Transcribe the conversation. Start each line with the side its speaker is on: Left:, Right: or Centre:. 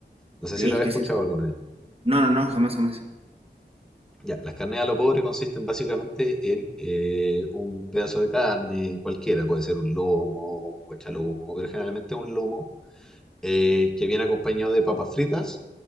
Centre: No
Right: Ok,
Centre: sé
Right: ¿qué
Centre: si lo habéis escuchado
Right: es eso?
Centre: alguna vez.
Right: No, no, no, jamás, jamás.
Centre: Ya, las carnes a lo pobre consisten básicamente en eh, un pedazo de carne cualquiera, puede ser un lomo, un guachalomo, pero generalmente un lomo eh, que viene acompañado de papas fritas,